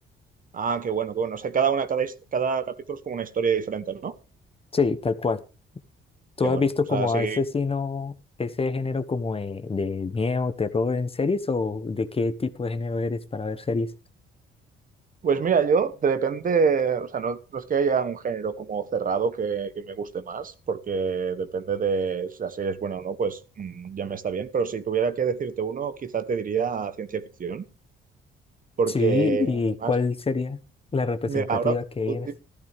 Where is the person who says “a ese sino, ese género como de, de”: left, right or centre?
Left